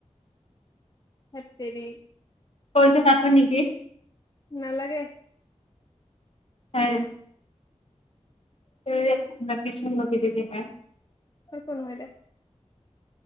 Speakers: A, on the left; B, on the left.
A: হেত তেৰি।
B: কলটো কাটো নেকি।
A: নালাগে।
B: আৰু। <inaudible>
A: একো নহয় দে।